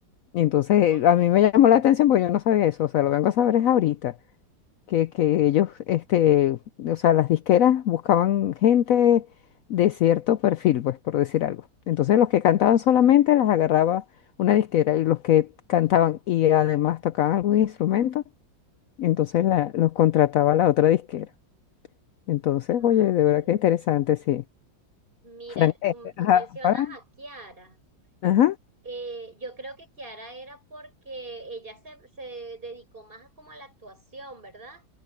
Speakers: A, on the left; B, on the right.
A: Y entonces
B: Ok.
A: a mí me llamó la atención porque yo no sabía eso, o sea, lo vengo a saber es ahorita, que, que ellos, este, o sea, las disqueras buscaban gente de cierto perfil, pues, por decir algo. Entonces los que cantaban solamente las agarraba una disquera y los que cantaban y además tocaban algún instrumento, entonces la- los contrataba la otra disquera. Entonces,
B: Ah,
A: oye, de verdad
B: sí.
A: que interesante, sí.
B: Mira,
A: Frank, Este,
B: tú, tú
A: ajá,
B: mencionas
A: para.
B: a Kiara.
A: Ajá.
B: Eh, yo creo que Kiara era porque ella se, se dedicó más a como a la actuación, ¿verdad?